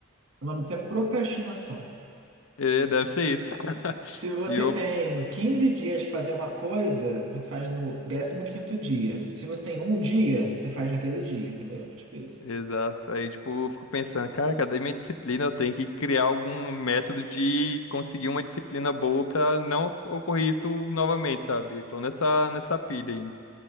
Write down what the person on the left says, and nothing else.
É, deve ser isso.
E eu,
exato. Aí, tipo, eu fico pensando, cara, cadê minha disciplina? Eu tenho que criar algum método de conseguir uma disciplina boa pra não ocorrer isso novamente, sabe? Tô nessa, nessa pilha aí.